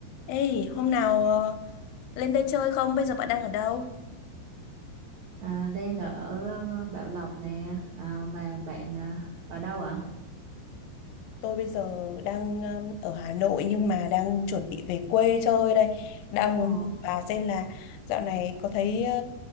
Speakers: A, on the left; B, on the right.
A: Ê, hôm nào ờ, lên đây chơi không? Bây giờ bạn đang ở đâu?
B: À, đang ở ờ, Bảo Lộc nè à, mà bạn à, ở đâu ạ?
A: Tôi bây giờ đang um, ở Hà Nội nhưng mà đang chuẩn bị về quê chơi đây. Đang
B: Ồ,
A: muốn thử bà xem là dạo này có thấy ờ,